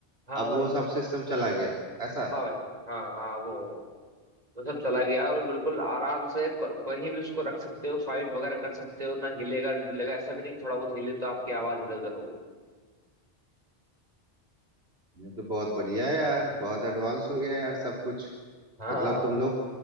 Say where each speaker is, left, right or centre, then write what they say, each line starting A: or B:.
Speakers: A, on the right (about 40°); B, on the right (about 70°).
A: हाँ
B: अब
A: भाई
B: वो सब सिस्टम चला गया ऐसा
A: हाँ भाई हाँ हाँ वो मतलब चला गया और बिल्कुल आराम से क- कहीं भी उसको रख सकते हो फाइट वगैरह कर सकते हो ना हिलेगा ना डुलेगा ऐसा भी नहीं कि थोड़ा बहुत हिले तो आपकी आवाज इधर उधर हो गई
B: ये तो बहुत बढ़िया है यार बहुत एडवांस हो गया है यार सब कुछ
A: हाँ
B: मतलब
A: हाँ
B: तुम
A: हाँ।
B: लोग